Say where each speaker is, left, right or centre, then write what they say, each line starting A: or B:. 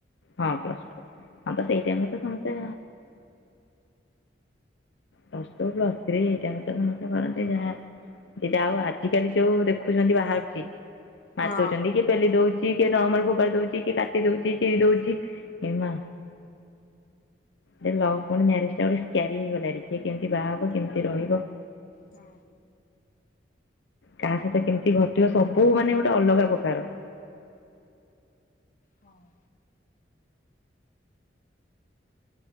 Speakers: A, on the left; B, on the left.
A: ହଁ ପ୍ଲସ ଟୁ ହଁ ତ ସେଇ ଟାଇମରେ ତ ସମସ୍ତେ ପ୍ଲ ଟୁ ପ୍ଲସ ଥ୍ରୀ ଏଇଟାଇମ ତ ସମସ୍ତେ କରନ୍ତି ଯାହା ଆଉ ଆଜିକାଲି ଯୋଉ ଦେଖୁ ଦେଖୁଛନ୍ତି ବାହାରୁଛି ମାାରିଦଉଛନ୍ତି
B: ହଁ।
A: କିଏ ପେଲି ଦଉଛି କି ନମ ଫୋପାଡି ଦଉଛି କି କାଟି ଦଉଛି ଚିରି ଦଉଛି ଏ ମା ଲଭ ପୁଣି ମ୍ୟାରେଜ ଟା ଗୋଟେ କ୍ୟାରି ହେଇଗଲାଣି କିଏ କେମିତି ବାହାହବ କେମିତି ରହିବ
B: ହୁଁ
A: କାହା ସହିତ କେମିତି ଘଟିବ ସବୁ ମାନେ ଗୋଟେ ଅଲଗା ପ୍ରକାର
B: ହଁ